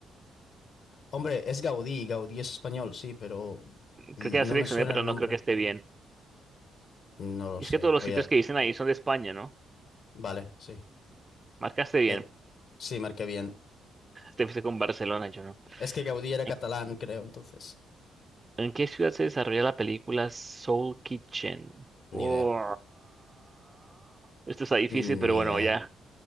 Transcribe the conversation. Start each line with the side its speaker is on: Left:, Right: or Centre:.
Left: Hombre, es Gaudí, Gaudí es español, sí, pero l-
Right: Creo que ya seleccioné,
Left: no me suena
Right: pero
Left: el
Right: no
Left: nombre.
Right: creo que esté bien.
Left: No lo
Right: Y
Left: sé,
Right: es que todos
Left: voy
Right: los sitios
Left: a...
Right: que dicen ahí son de España, ¿no?
Left: Vale, sí.
Right: Marcaste bien.
Left: Eh, sí, marqué bien.
Right: Te fuiste con Barcelona, yo no.
Left: Es que Gaudí era
Right: ¿En,
Left: catalán, creo, entonces.
Right: en qué ciudad se desarrolla la película Soul Kitchen?
Left: Ni
Right: Oh,
Left: idea.
Right: esto está difícil,
Left: Ni
Right: pero bueno,
Left: idea.
Right: ya.